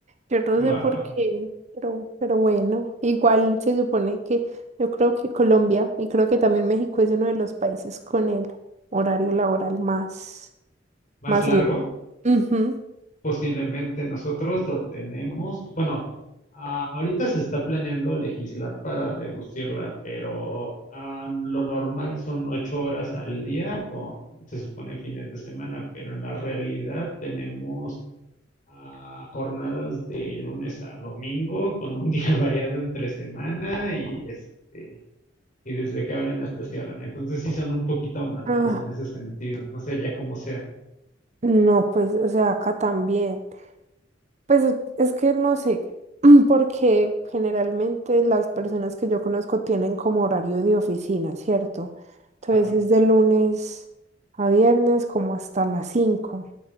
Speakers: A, on the right; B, on the left.
A: Yo no
B: Wow.
A: sé por qué, pero, pero bueno, igual se supone que yo creo que Colombia y creo que también México es uno de los países con el horario laboral más,
B: Más
A: más
B: largo,
A: largo. Ujú.
B: posiblemente nosotros lo tenemos. Bueno, ah, ahorita se está planeando legislar para reducirla, pero ah, lo normal son ocho horas al día con, se supone, fines de semana, pero en la realidad tenemos a jornadas de lunes a domingo, con un día <laughs> variado entre semana y este, y desde que abren hasta cierran. Entonces sí son un poquito matados
A: Ah,
B: en ese sentido. No sé, ya como sea.
A: no, pues, o sea, acá también. Pues e, es que no sé, <clears throat> porque generalmente las personas que yo conozco tienen como horario de oficina, ¿cierto? Entonces
B: Ajá.
A: es de lunes a viernes como hasta las 5.